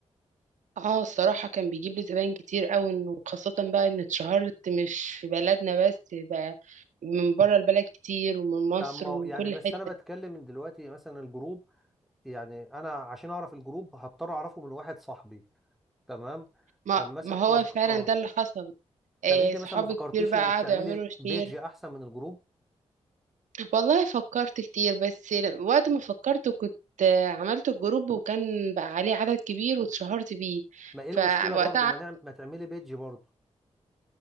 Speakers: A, on the right; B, in the centre.
A: اه الصراحة كان بيجيب لي زباين كتير قوي انه خاصة بقى ان اتشهرت مش في بلدنا بس بقى من بره البلد كتير ومن مصر
B: طب ما هو-
A: ومن
B: يعني
A: كل
B: بس
A: حتة
B: انا بتكلم من دلوقتي مثلا الجروب يعني انا عشان اعرف الجروب هضطر اعرفه من واحد صاحبي تمام
A: ما
B: طب مثلا
A: ما هو
B: ما فك...
A: فعلا
B: اه
A: ده اللي حصل آه
B: طب انت
A: صحابي
B: مثلا ما فكرتيش
A: كتير بقى
B: انك
A: قعدوا
B: تعملي
A: يعملوا شير
B: بيج احسن من الجروب
A: والله فكرت كتير بس وقت ما فكرت كنت آه، عملت الجروب وكان بقى عليه عدد كبير واتشهرت بيه
B: ما ايه المشكله
A: فوقتها
B: برضو ما, نعم... ما تعملي بيج برضو